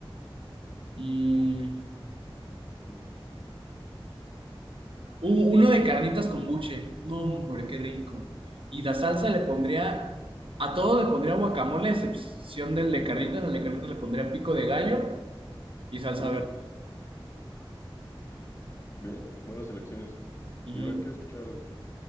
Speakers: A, on the right (about 70°); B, on the left (about 30°).
A: Mm,
B: Ujú.
A: Uh, uno de carnitas con buche. No, hombre, qué rico. Y la salsa le pondría, a todo le pondría guacamole, a excepción del de carnitas. Al de carnitas le pondría pico de gallo y salsa
B: Ujú.
A: verde.
B: Bien, buenas elecciones.
A: Mm,
B: Y a ver, quiero escuchar algo.